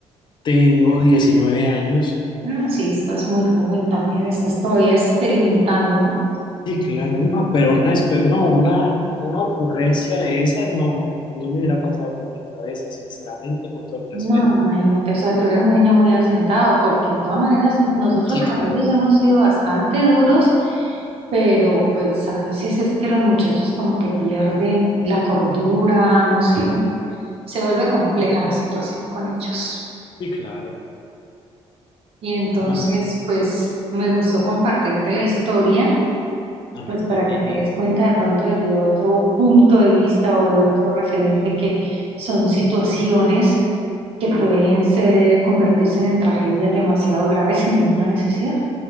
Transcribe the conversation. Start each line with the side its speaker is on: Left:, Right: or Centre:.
Left: Tengo diecinueve años.
Right: Ah, sí, estás muy joven también, estás todavía experimentando, ¿no?
Left: Sí, claro, no, pero una, espe- no, una, una ocurrencia de esas no, no me hubiera pasado por mi cabeza, sinceramente, con todo el respeto.
Right: No, imagínate, o sea, tú eres un niño muy asentado, porque de todas maneras nosotros
Left: Sí,
Right: con
Left: claro.
Right: ellos hemos sido bastante duros, pero pues a veces es que los muchachos como que pierden la cordura, no sé, se vuelve compleja la situación con ellos.
Left: Sí, claro.
Right: Y entonces,
Left: No,
Right: pues me gustó compartirte la historia.
Left: a mí
Right: pues
Left: también
Right: para que te
Left: la
Right: des
Left: tuve.
Right: cuenta de pronto desde otro punto de vista o de otro referente que son situaciones que pueden ser, convertirse en tragedias demasiado graves sin ninguna necesidad,